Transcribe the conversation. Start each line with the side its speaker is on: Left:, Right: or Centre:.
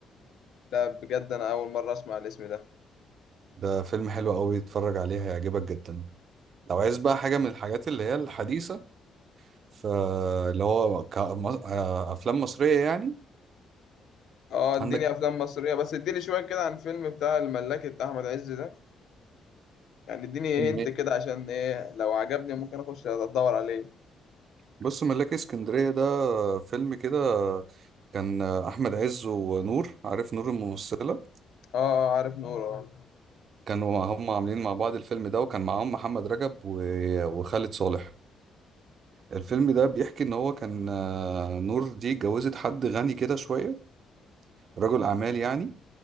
Left: لا بجد أنا أول مرة أسمع الاسم ده
Right: ده فيلم حلو قوي اتفرج عليه هيعجبك جدا لو عايز بقى حاجة من الحاجات اللي هي الحديثة فاللي هو ك- م- آه، افلام مصريه يعني
Left: أه إديني
Right: عندك
Left: أفلام مصرية بس إديني شوية كده عن فيلم بتاع الملاكي بتاع أحمد عز ده يعني إديني
Right: فيلم
Left: هنت
Right: إيه؟
Left: كده عشان إيه لو عجبني ممكن أخش أدور عليه
Right: بص ملاك اسكندريه ده فيلم كده كان احمد عز ونور عارف نور الممثله
Left: أه آه، عارف نور أه
Right: كانوا مع- هم عاملين مع بعض الفيلم ده وكان معاهم محمد رجب و- وخالد صالح الفيلم ده بيحكي ان هو كان آه، نور دي اتجوزت حد غني كده شويه رجل اعمال يعني